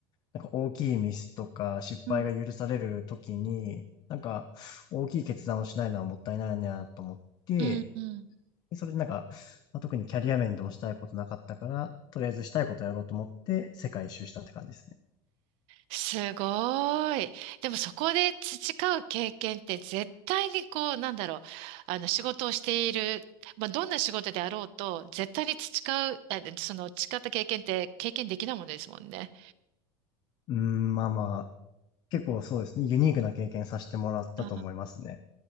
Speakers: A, on the left (about 35°); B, on the right (about 55°).
A: なんか大きいミスとか失敗が許されるときに、
B: うん
A: なんか、大きい決断をしないのはもったいないなと思って、
B: うん、うん。
A: それでなんか、まあ、特にキャリア面でもしたいことなかったから、とりあえずしたいことやろうと思って世界一周したって感じですね。
B: すごい。でもそこで培う経験って絶対にこう、なんだろう、あの仕事をしている、まあ、どんな仕事であろうと、絶対に培う、あ、その培った経験って経験できないものですもんね。
A: うーん、まあまあ、結構そうですね、ユニークな経験させてもらったと思いますね。
B: あ